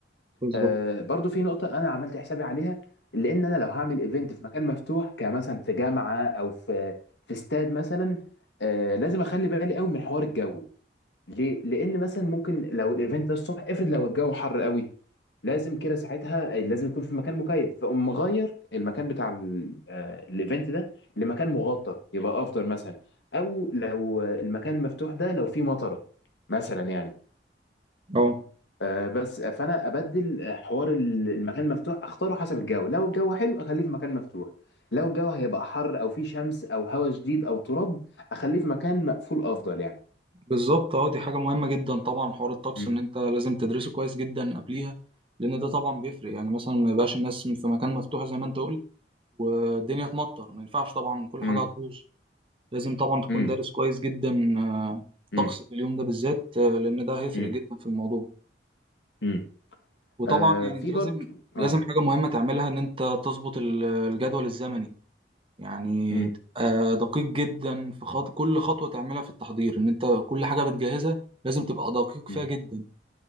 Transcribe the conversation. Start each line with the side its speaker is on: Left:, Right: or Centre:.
Right: بالظبط
Left: آه، برضو في نقطة أنا عملت حسابي عليها لأن أنا لو هعمل إيفنت في مكان مفتوح كمثلا في جامعة أو في في استاد مثلا آه، لازم أخلي بالي قوي من حوار الجو ليه؟ لأن مثلا ممكن لو الإيفنت ده الصبح افرض لو الجو حر قوي لازم كده ساعتها لازم يكون في مكان مكيف فأقوم مغير المكان بتاع ال- آه، الإيفنت ده لمكان مغطى يبقى أفضل مثلا أو لو آه، المكان المفتوح ده لو فيه مطرة مثلا يعني
Right: اه
Left: آه، بس آه، فانا ابدل آه، حوار ال- المكان المفتوح اختاره حسب الجو لو الجو حلو اخليه في مكان مفتوح لو الجو هيبقى حر او فيه شمس او هواء شديد او تراب اخليه في مكان مقفول افضل يعني
Right: بالظبط اه دي حاجه مهمه جدا طبعا حوار الطقس
Left: مم.
Right: ان انت لازم تدرسه كويس جدا قبليها لان ده طبعا بيفرق يعني مثلا ما يبقاش الناس في مكان مفتوح زي ما انت قلت والدنيا تمطر ما ينفعش طبعا كل
Left: مم.
Right: حاجه هتبوظ لازم طبعا تكون
Left: مم.
Right: دارس كويس جدا آه،
Left: مم.
Right: طقس في اليوم ده بالذات آه، لان ده هيفرق
Left: مم.
Right: جدا في الموضوع
Left: مم.
Right: وطبعا
Left: آه
Right: يعني
Left: في
Right: انت لازم
Left: برضو
Right: لازم
Left: اه
Right: حاجه مهمه تعملها ان انت تظبط ال- الجدول الزمني يعني
Left: مم.
Right: تبقى دقيق جدا في خط... كل خطوه تعملها في التحضير ان انت كل حاجه بتجهزها لازم تبقى دقيق
Left: مم.
Right: فيها جدا